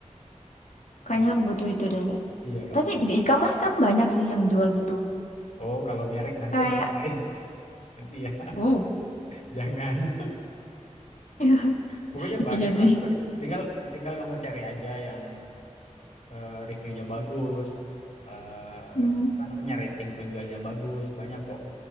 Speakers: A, on the left; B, on the left.
A: Kayaknya
B: Serius.
A: aku butuh itu deh, Kak.
B: Iya, kamu
A: Tapi
B: harus.
A: di e-commerce kan banyak sih yang jual gitu.
B: Oh, kalau merek nanti
A: Kayak,
B: dimarahin. <laughs> nanti ya,
A: uh,
B: <laughs> jangan.
A: <laughs>
B: Pokoknya banyak
A: iya sih.
B: lah, pokoknya tinggal tinggal kamu cari aja yang eh, reviewnya bagus, eh,
A: Mmm.
B: apa namanya rating penjualnya bagus, banyak kok.